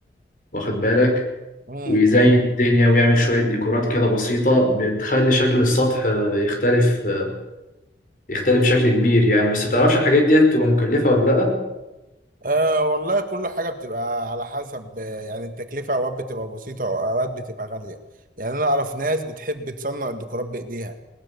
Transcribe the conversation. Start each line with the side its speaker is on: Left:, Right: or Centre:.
Left: واخد بالك
Right: امم
Left: ويزين الدنيا ويعمل شوية ديكورات كده بسيطة بتخلي شكل السطح آه، يختلف آه، يختلف بشكل كبير يعني بس متعرفش الحاجات دي بتبقى مكلفة ولا لأ
Right: آه والله كل حاجة بتبقى على حسب آه، يعني التكلفة اوقات بتبقى بسيطة واوقات بتبقى غالية يعني انا اعرف ناس بتحب تصنع الديكورات بايديها